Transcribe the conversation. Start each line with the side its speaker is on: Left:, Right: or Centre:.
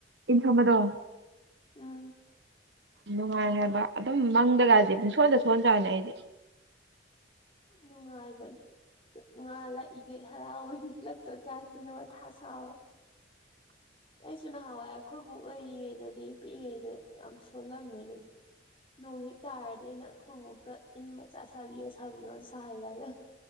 Right: ꯏꯟ ꯁꯣꯟꯕꯗꯣ
Left: ꯎꯝ
Right: ꯅꯨꯡꯉꯥꯏ ꯍꯥꯏꯕ ꯑꯗꯨꯝ ꯃꯪꯗꯒꯁꯦ ꯄꯨꯡꯁꯣꯟꯗ ꯁꯣꯟꯍꯖ꯭ꯔꯅꯦ ꯑꯩꯗꯤ
Left: ꯅꯨꯡꯉꯥꯏꯕꯅꯤ ꯁ ꯉꯥ ꯂꯛꯏꯈꯩ ꯍꯔꯥꯎꯋꯦ ꯂꯛꯇ꯭ꯔꯀꯥꯟꯗꯅ ꯃꯥꯊꯥ ꯁꯥꯕ
Right: <inaudible>
Left: ꯑꯩꯁꯨ ꯅꯍꯥꯟꯋꯥꯏ ꯑꯩꯈꯣꯏꯕꯣꯛ ꯂꯩꯔꯤꯉꯩꯗꯗꯤ ꯄꯤꯛꯏꯉꯩꯗ ꯌꯥꯝ ꯁꯣꯜꯂꯝꯃꯦ ꯑꯗꯨꯝ ꯅꯣꯡ ꯍꯦꯛ ꯇꯥꯔꯗꯤ ꯑꯩꯅ ꯑꯩꯈꯣꯏ ꯕꯣꯜꯇ ꯏꯟ ꯃꯆꯥ ꯁꯥꯕꯤꯌꯣ ꯁꯥꯕꯤꯌꯣ ꯁꯥꯍꯜꯂꯒ